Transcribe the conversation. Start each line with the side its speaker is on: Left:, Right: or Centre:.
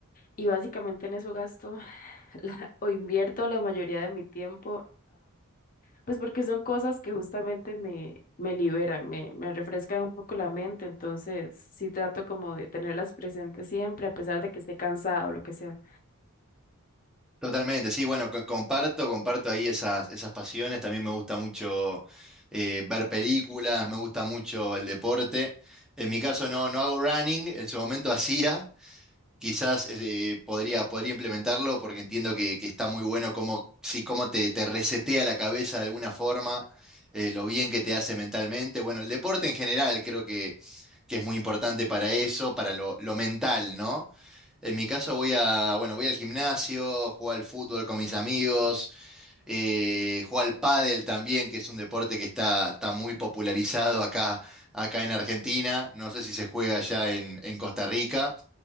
Left: y básicamente en eso gasto <laughs> la- o invierto la mayoría de mi tiempo. Pues porque son cosas que justamente me, me liberan, me, me refrescan un poco la mente, entonces sí trato como de tenerlas presentes siempre, a pesar de que esté cansada o lo que sea.
Centre: Totalmente, sí, bueno, co- comparto, comparto ahí esas, esas pasiones. También me gusta mucho eh, ver películas, me gusta mucho el deporte. En mi caso no, no hago running, en su momento hacía, quizás eh, podría, podría implementarlo porque entiendo que, que está muy bueno cómo, sí, cómo te, te resetea la cabeza de alguna forma, eh, lo bien que te hace mentalmente. Bueno, el deporte en general creo que, que es muy importante para eso, para lo, lo mental, ¿no? En mi caso voy a, bueno, voy al gimnasio, juego al fútbol con mis amigos, eh, juego al pádel también, que es un deporte que está, está muy popularizado acá, acá en Argentina. No sé si se juega allá en, en Costa Rica.